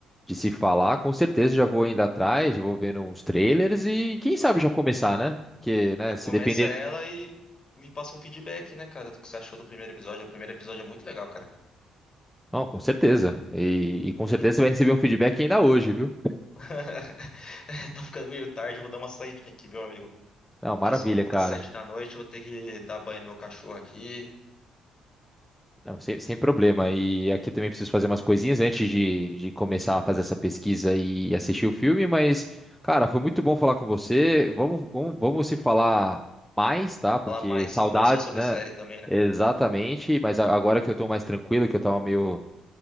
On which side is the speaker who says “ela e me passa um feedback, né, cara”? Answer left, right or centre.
Left